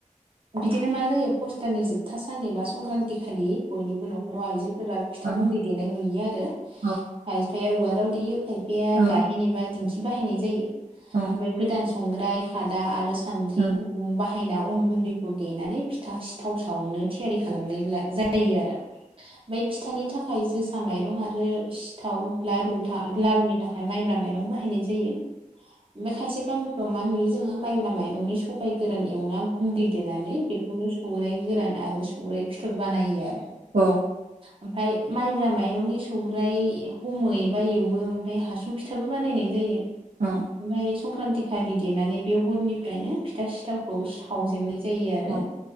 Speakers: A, on the right; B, on the right.
A: बिदिनो मा जायो पस्टारनि जोबथा सान एबा संक्रान्ति खालि बयनिबो न'खराव आइजोफोरा
B: औ
A: फिथा गुन्दै देनाय नुयो आरो
B: औ
A: खायफाया उवालाव देयो खायफाया गाहेन
B: औ
A: एबा दिंखि बाहायनाय जायो
B: औ औ
A: फ्राय गोदान संग्राय खादा आरो सान्द्रि
B: औ
A: गुुबुं बाहायना अन गुन्दैखौ देनानै फिथा सिथाव सावनो थियारि खालामनाय जायो। जायो आरो ओमफ्राय फिथानि थाखाय जोसा माइरं आरो सिथाव लारु लारुनि थाखाय माइब्रा माइरं बाहायनाय जायो। बे खायसे गामिफ्राव मा नुयो जोङो माइब्रा माइरंनि सबाय गोरान एवना गुन्दै देनानै बेखौनो सौराइ गोरान आरो सौरराय फिथर बानायो आरो
B: औ
A: ओमफ्राय माइब्रा माइरंनि सौग्राइ हमो एबा एवो ओमफ्राय हासुं फिथाबो बानायनाय जायो।
B: औ
A: ओमफ्राय संक्रान्ति खालि देनानै बे हरनिफ्रायनो फिथा सिथावखौ सावजेननाय जायो आरो
B: औ